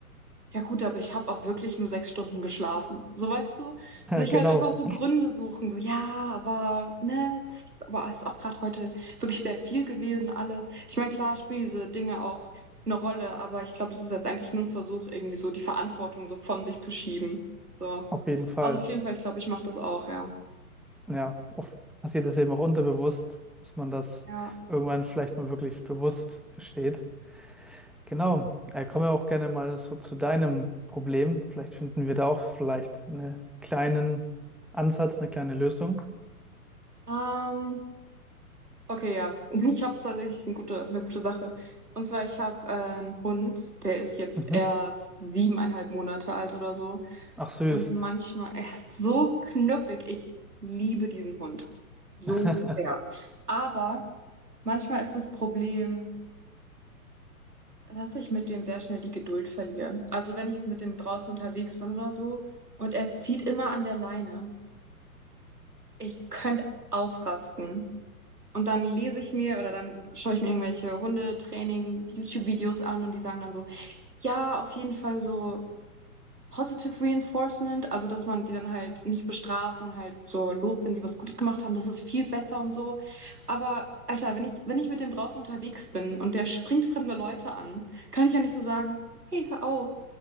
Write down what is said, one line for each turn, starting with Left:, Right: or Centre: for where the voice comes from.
Right: ja gut, aber ich habe auch wirklich nur sechs Stunden geschlafen. So weißt du, sich
Centre: Genau,
Right: halt einfach so Gründe suchen, so ja, aber ne, das ist, aber es ist auch gerade heute wirklich sehr viel gewesen alles. Ich meine, klar spielen diese Dinge auch eine Rolle, aber ich glaube, das ist jetzt eigentlich nur ein Versuch, irgendwie so die Verantwortung so von sich zu schieben. So.
Centre: auf jeden Fall.
Right: Also auf jeden Fall, ich glaube, ich mache das auch, ja.
Centre: Ja, oft passiert das eben auch unterbewusst, dass man das
Right: Ja.
Centre: irgendwann vielleicht mal wirklich bewusst versteht. Genau, äh, kommen wir auch gerne mal so zu deinem Problem. Vielleicht finden wir da auch vielleicht einen kleinen Ansatz, eine kleine Lösung.
Right: Ähm, Okay, ja. <laughs> Ich habe tatsächlich eine gute, eine gute Sache. Und zwar, ich habe äh, einen Hund, der ist jetzt
Centre: Mhm.
Right: erst siebeneinhalb Monate alt oder so.
Centre: Ach süß.
Right: Und manchmal, er ist so knuffig. Ich liebe diesen Hund. So
Centre: <laughs>
Right: sehr. Aber manchmal ist das Problem, dass ich mit dem sehr schnell die Geduld verliere. Also wenn ich jetzt mit dem draußen unterwegs bin oder so und er zieht immer an der Leine, ich könnte ausrasten. Und dann lese ich mir oder dann schaue ich mir irgendwelche Hundetrainings-YouTube-Videos an und die sagen dann so, ja, auf jeden Fall so Positive Reinforcement, also dass man die dann halt nicht bestraft, sondern halt so lobt, wenn sie was Gutes gemacht haben, das ist viel besser und so. Aber Alter, wenn ich, wenn ich mit dem draußen unterwegs bin und der springt fremde Leute an, kann ich ja nicht so sagen, hey, hör auf,